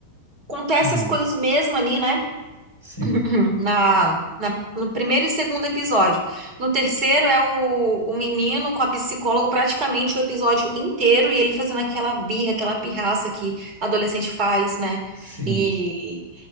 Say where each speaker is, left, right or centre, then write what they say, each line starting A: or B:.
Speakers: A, on the right; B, on the right.
A: acontece
B: Hum,
A: as coisas mesmo ali, né?
B: sim,
A: <clears throat> Na, na- no primeiro e segundo episódio. No terceiro é o, o menino com a psicóloga praticamente o episódio inteiro e ele fazendo aquela birra, aquela pirraça que adolescente faz, né?
B: sim.
A: E